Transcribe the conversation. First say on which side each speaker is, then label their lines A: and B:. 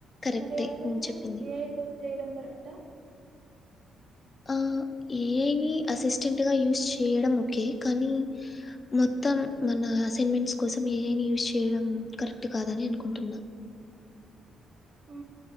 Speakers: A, on the left (about 35°); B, on the right (about 70°).
A: కరెక్టే
B: మరి అసైన్మెంట్స్
A: నువ్వు చెప్పింది.
B: ఏ ఐ తో చేయడం కరెక్టా
A: ఆ ఏ ఐ ని అసిస్టెంట్ గా యూస్ చేయడం ఓకే కానీ మొత్తం మన అసైన్మెంట్స్ కోసం ఏ ఐ ని యూజ్ చేయడం కరెక్ట్ కాదని అనుకుంటున్నా
B: ఆ